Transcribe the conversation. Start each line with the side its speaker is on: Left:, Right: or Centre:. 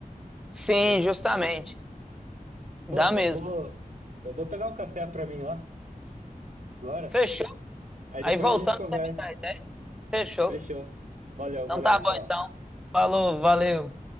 Centre: Sim,
Right: No-
Centre: justamente.
Right: Bom,
Centre: Dá mesmo.
Right: eu vou, eu vou pegar um café pra mim lá, agora.
Centre: Fechou.
Right: Aí
Centre: Aí
Right: depois
Centre: voltando,
Right: a gente conversa.
Centre: você me dá a ideia. Fechou.
Right: Fechou. Valeu,
Centre: Então
Right: valeu,
Centre: tá
Right: Rafael.
Centre: bom, então. Falou, valeu.